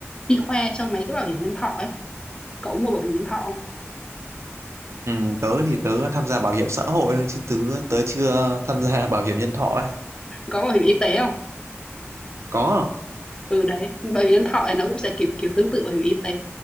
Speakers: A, on the left (about 20°); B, on the right (about 75°).
A: y khoa cho mấy cái bảo hiểm nhân thọ ấy. Cậu có mua bảo hiểm nhân thọ không?
B: Ừ, tớ thì tớ tham gia bảo hiểm xã hội thôi chứ tớ tớ chưa tham gia <laughs> bảo hiểm nhân thọ ấy.
A: Có bảo hiểm y tế không?
B: Có không?
A: Ừ, đấy, bảo hiểm nhân thọ thì nó cũng sẽ kiểu kiểu tương tự bảo hiểm y tế,